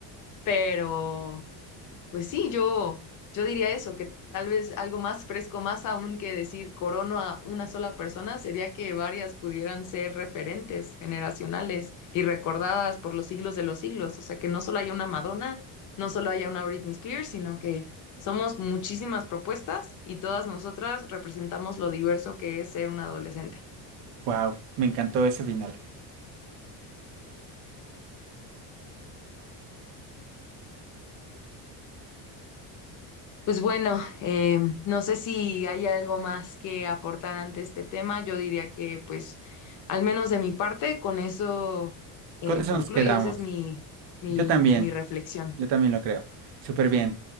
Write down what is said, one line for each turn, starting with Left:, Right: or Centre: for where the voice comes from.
Left: pero pues sí, yo, yo diría eso, que tal vez algo más fresco, más aún que decir corono a una sola persona, sería que varias pudieran ser referentes generacionales y recordadas por los siglos de los siglos, o sea, que no solo haya una Madonna, no solo haya una Britney Spears, sino que... Somos muchísimas propuestas y todas nosotras representamos lo diverso que es ser un adolescente.
Right: Wow, me encantó ese final.
Left: Pues bueno, eh, no sé si hay algo más que aportar ante este tema. Yo diría que, pues, al menos de mi parte, con eso eh,
Right: Con eso
Left: concluyo.
Right: nos quedamos.
Left: Esa es mi, mi,
Right: Yo también,
Left: mi reflexión.
Right: yo también lo creo. Súper bien.